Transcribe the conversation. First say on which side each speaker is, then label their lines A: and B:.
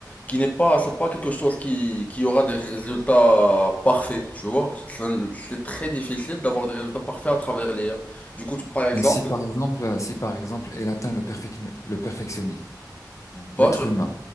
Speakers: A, on the left; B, on the left.
A: qui n'est pas, c'est pas quelque chose qui, qui aura des résultats parfaits, tu vois. C'est un- c'est très difficile d'avoir des résultats parfaits à travers l'IA. Du coup, tu- par exemple,
B: Mais si par exemple, euh, si par exemple, elle atteint le perfec- le perfectionnisme,
A: bah,
B: l'être
A: je,
B: humain,